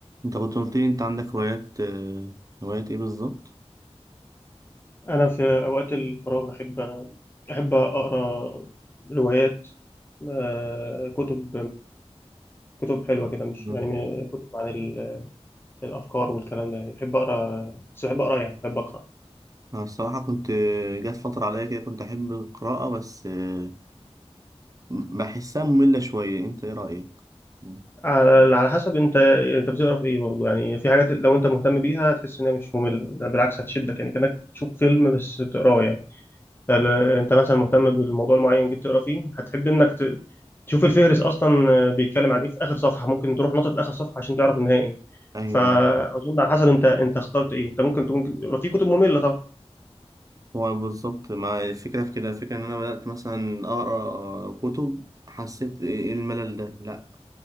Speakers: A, on the right (about 30°); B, on the left (about 20°).
A: انت كنت قلت لي انت عندك هوايات آه، هوايات ايه بالظبط
B: أنا في أوقات الفراغ أحب أحب أقرأ روايات آه، كتب كتب حلوة كده مش
A: مم.
B: يعني كتب عن ال- الأفكار والكلام ده يعني بحب أقرأ بس بحب أقرأ يعني بحب أقرأ
A: انا الصراحه كنت آه، جات فتره عليا كده كنت احب القراءه بس آه، بحسها ممله شويه انت ايه رايك مم.
B: على على حسب أنت أنت بتقرأ في إيه برضه يعني في حاجات لو أنت مهتم بيها هتحس إنها مش مملة ده بالعكس هتشدك يعني كأنك تشوف فيلم بس بتقراه يعني ال- انت مثلا مهتم بالموضوع المعين جيت تقرا فيه هتحب انك ت- تشوف الفهرس اصلا آه، بيتكلم عن ايه في اخر صفحه ممكن تروح نقطه لاخر صفحه عشان تعرف النهايه ايه
A: ايوه
B: فاظن على حسب انت انت اخترت ايه انت ممكن تكون يبقى في كتب ممله طبعا
A: هو بالظبط ما الفكره في كده الفكره ان انا بدات مثلا اقرا كتب حسيت ايه إيه الملل ده لا